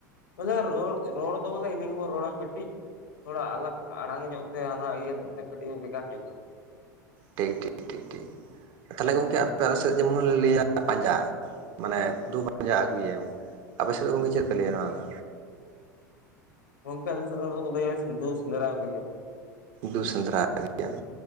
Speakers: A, on the left; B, on the right.
A: ᱵᱚᱞᱮ ᱨᱚᱲ ᱨᱚᱲ ᱫᱚ ᱵᱚᱞᱮ ᱤᱱᱟᱹ ᱜᱮᱵᱚᱱ ᱨᱚᱲᱟ ᱠᱟᱹᱴᱤᱡ ᱛᱷᱚᱲᱟ ᱟᱞᱟᱜᱽ ᱟᱲᱟᱝ ᱧᱚᱜ ᱛᱮ ᱦᱟᱱᱟ ᱤᱭᱟᱹ ᱛᱮᱫ ᱛᱮ ᱠᱟᱹᱴᱤᱡ ᱵᱷᱮᱜᱟᱨ ᱧᱚᱜᱚᱜ
B: ᱴᱷᱤᱠ ᱴᱷᱤᱠ, ᱴᱷᱤᱠ ᱴᱷᱤᱠ, ᱛᱟᱞᱦᱮ ᱜᱚᱝᱠᱮ ᱟᱯᱮ ᱟᱞᱮ ᱥᱮᱫ ᱡᱮᱢᱚᱱ ᱞᱮ ᱞᱟᱹᱭᱟ ᱯᱟᱸᱡᱟ ᱢᱟᱱᱮ ᱫᱩ ᱯᱟᱸᱡᱟ ᱟᱹᱜᱩᱭᱮᱢ, ᱟᱯᱮ ᱥᱮᱫ ᱫᱚ ᱜᱚᱢᱠᱮ ᱪᱮᱫ ᱠᱚ ᱞᱟᱹᱭᱟ ᱱᱚᱣᱟ ᱫᱚ?
A: ᱜᱚᱢᱠᱮ ᱟᱞᱮᱥᱮᱫ ᱫᱚ ᱱᱚᱣᱟ ᱫᱚᱠᱚ ᱞᱟᱹᱭᱟ, ᱫᱩ ᱥᱮᱸᱫᱽᱨᱟ ᱟᱹᱜᱩᱭᱮᱢ,
B: ᱫᱩ ᱥᱮᱸᱫᱽᱨᱟ ᱟᱹᱜᱩᱭᱮᱢ,